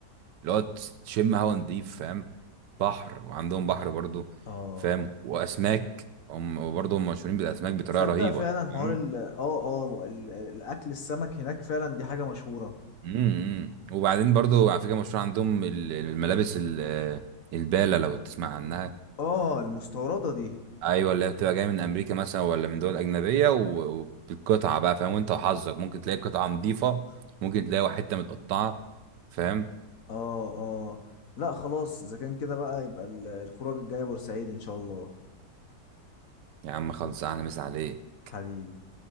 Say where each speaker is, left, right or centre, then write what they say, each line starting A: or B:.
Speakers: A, on the right; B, on the left.
A: اللي هو تشم هوا نضيف فاهم بحر وعندهم بحر برضو
B: اه
A: فاهم واسماك هم وبرضو هم مشهورين بالاسماك بطريقه
B: تصدق
A: رهيبه
B: فعلا
A: يعني
B: حوار
A: فاهم؟
B: ال اه اه ال- الاكل السمك هناك فعلا دي حاجه مشهوره
A: امم امم. وبعدين برضو على فكره مشهور عندهم ال- الملابس ال- الباله لو تسمع عنها
B: اه المستورده دي
A: ايوه اللي هي بتبقى جايه من امريكا مثلا ولا من دول اجنبيه و- وبالقطعه بقى فاهم وانت وحظك ممكن تلاقي قطعه نظيفه ممكن تلاقي حته متقطعه فاهم
B: اه اه لا خلاص اذا كان كده بقى يبقى ال- الخروج الجايه بورسعيد ان شاء الله
A: يا عم خلص احلى مسا عليك
B: حبيبي